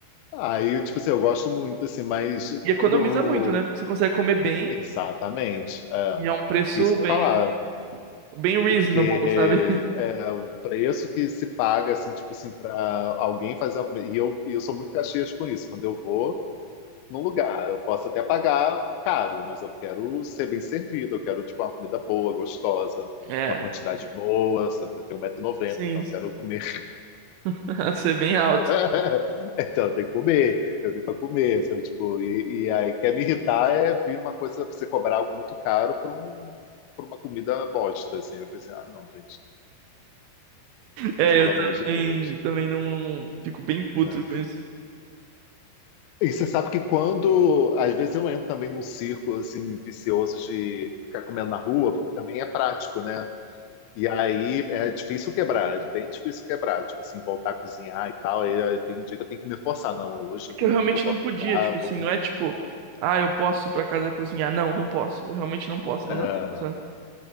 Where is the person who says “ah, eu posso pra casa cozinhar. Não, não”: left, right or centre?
Right